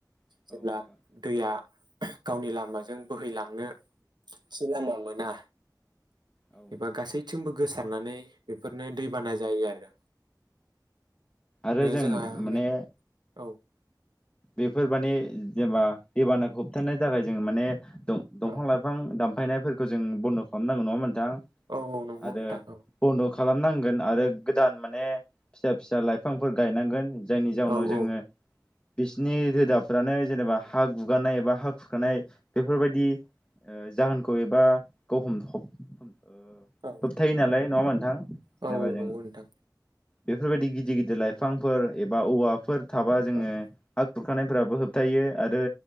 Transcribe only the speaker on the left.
औ
नोंथां
औ नोंथां
औ
आरो जों
माने
बेफोर माने जेनेबा दैबानाखौ होबथानो थाखाय जों माने दंफां
लाइफां दामफां यनायफोरखौ जों बन्द खालामनांगौ नंङा होनबा नोंथां
आरो
बन्द' खालामनांगोन आरो गोदान माने फिसा फिसा लाइफांफोर गायनांगोन। जायनि जाउनाव
जोङो बिसोरनि रोदाफ्रानो जेनेबा हा गुगारनाय एबा हा खुरखानाय बेफोरबायदि जाहोनखौ एबा हम फोबथायो
नालाय नङा मोनथां जेनेबा
जों
बेफोरबायदि गिदिर गिदिर लाइफांफोर एबा औवा फोर थाबा जोङो
हग खुरखानायफोराबो होबथायो आरो